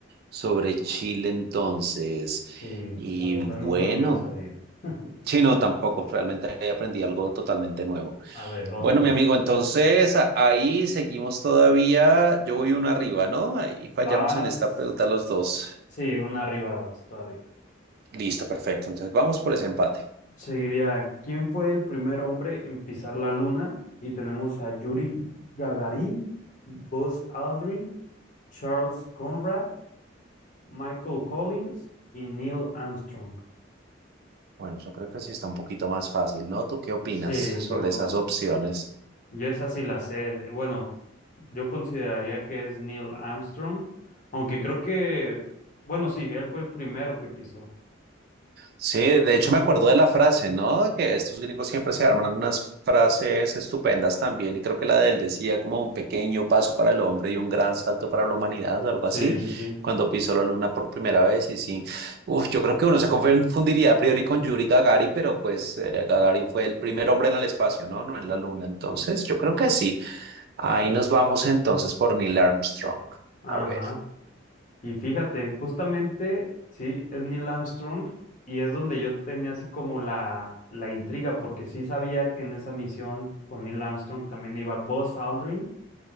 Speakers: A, on the right (about 50°); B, on the left (about 40°).
A: sobre Chile entonces.
B: Sí,
A: Y
B: la verdad
A: bueno,
B: nunca lo hubiera sabido. <laughs>
A: sí, no, tampoco, realmente ahí aprendí algo totalmente nuevo.
B: A ver, va
A: Bueno,
B: una más.
A: mi amigo, entonces a- ahí seguimos todavía. Yo voy uno arriba, ¿no? Ahí
B: Vas.
A: fallamos en esta pregunta los dos.
B: Sí, una arriba vas todavía.
A: Listo, perfecto. Entonces vamos por ese empate.
B: Seguiría, ¿quién fue el primer hombre en pisar la luna? Y tenemos a Yuri Gagarin, Buzz Aldrin, Charles Conrad, Michael Collins y Neil Armstrong.
A: Bueno, yo creo que sí está un poquito más fácil, ¿no? ¿Tú qué opinas
B: Sí,
A: sobre
B: yo,
A: esas opciones?
B: yo esa sí la sé. Bueno, yo consideraría que es Neil Armstrong, aunque creo que, bueno, sí, él fue el primero que pisó.
A: Sí, de hecho me acuerdo de la frase, ¿no? Que estos gringos siempre se arman unas frases estupendas también, y creo que la de él decía como un pequeño paso para el hombre y un gran salto para la humanidad o algo
B: Sí,
A: así,
B: sí, sí.
A: cuando pisó la luna por primera vez, y sí, uf, yo creo que uno se confundiría a priori con Yuri Gagarin, pero pues eh, Gagarin fue el primer hombre en el espacio, ¿no? No en la luna, entonces yo creo que sí. Ahí nos vamos entonces por Neil Armstrong.
B: Ajá.
A: A ver.
B: Y fíjate, justamente, sí, es Neil Armstrong y es donde yo tenía así como la, la intriga, porque sí sabía que en esa misión con Neil Armstrong también iba Buzz Aldrin